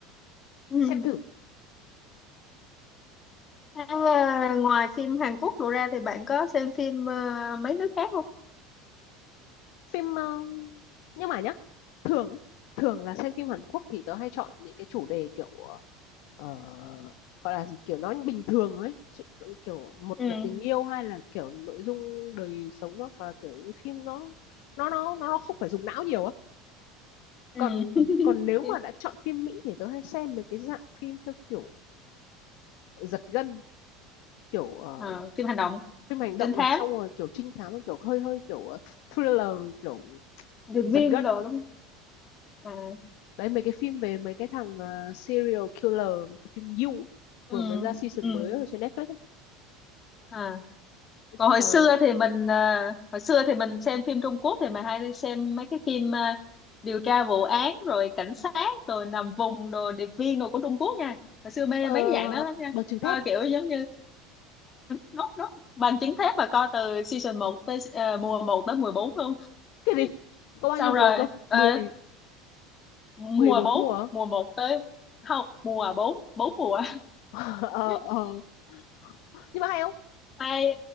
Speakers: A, on the left; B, on the left.
A: ừ
B: xem thử
A: Thế, ờ, ngoài phim Hàn Quốc đổ ra thì bạn có xem phim ờ, mấy nước khác không
B: phim ờ, nhưng mà nhá thường á, thường là xem phim Hàn Quốc thì tớ hay chọn những cái chủ đề kiểu ờ, gọi là gì kiểu nó bình thường ấy Chứ kiểu một
A: ừ
B: là tình yêu hay là kiểu nội dung đời sống hoặc là kiểu những phim nó nó nó nó nó không phải dùng não nhiều á
A: ừ
B: còn
A: <laughs>
B: còn nếu
A: Phim-
B: mà đã chọn phim Mỹ thì tớ hay xem mấy cái dạng phim theo kiểu giật gân kiểu ờ,
A: ờ, phim hành động
B: phim hành động
A: trinh thám
B: này xong rồi kiểu trinh thám kiểu hơi hơi kiểu ờ, thriller kiểu
A: điệp viên
B: giật gân
A: đồ đúng không à
B: đấy mấy cái phim về mấy cái thằng ờ, serial killer cái phim You
A: ừ
B: vừa mới ra season
A: ừ
B: mới ở trên Netflix ấy.
A: à
B: nói
A: còn
B: chung
A: hồi
B: là
A: xưa thì mình ờ, hồi xưa thì mình xem phim Trung Quốc thì mình hay xem mấy cái phim ờ, điều tra vụ án rồi cảnh sát rồi nằm vùng rồi điệp viên đồ của Trung Quốc nha hồi xưa mê
B: ờ,
A: mấy cái dạng đó lắm nha
B: bằng chứng thép
A: Coi
B: à?
A: kiểu giống như nốt nốt bằng chứng thép và coi từ season một tới ờ, mùa một tới mùa bốn luôn
B: cái
A: <laughs>
B: gì có bao
A: xong
B: nhiêu mùa
A: rồi
B: cơ
A: ờ,
B: mười
A: mùa
B: mười bốn
A: bốn
B: mùa á?
A: mùa một tới không mùa bốn 4 mùa
B: <laughs> ờ
A: <laughs>
B: ờ nhưng mà hay không
A: hay